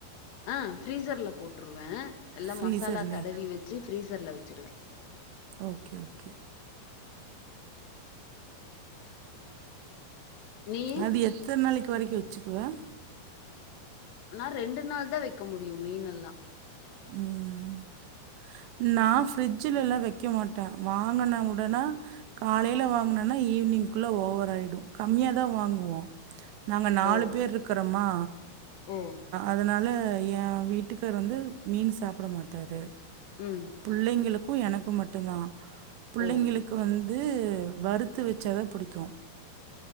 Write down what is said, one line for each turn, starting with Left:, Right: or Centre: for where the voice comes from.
Left: ஆஹ் ப்ரீசர்ல போட்ருவேன் எல்லாம்
Right: ஃப்ரீசர்லயே
Left: மசாலா தடவி வச்சு ஃப்ரீசர்ல வச்சுருவேன்
Right: ஓகே ஓகே
Left: நீயி
Right: அது எத்தனை நாளைக்கு வரைக்கும் வச்சுக்குவா
Left: ஆனா ரெண்டு நாள் தான் வைக்க முடியும் மீன் யெல்லாம்
Right: உம் நான் ப்ஃரிஜுல எல்லாம் வைக்க மாட்டேன் வாங்குன உடனா காலையில வாங்குனேனா ஈவினிங் குள்ள ஓவர் ஆயிடும் கம்மியாதான் வாங்குவோம் நாங்கள் நாலு
Left: ஓ
Right: பேர் இருக்கிறோம்மா
Left: ஓ
Right: அதனால என் வீட்டுக்கரு வந்து மீன் சாப்பட மாட்டாரு
Left: ம்
Right: புள்ளைங்களுக்கு அப்போ எனக்கு மட்டு்ம் தான் புள்ளைங்களுக்கு
Left: ஓ
Right: வந்து வறுத்து வச்சாதான் புடிக்கும்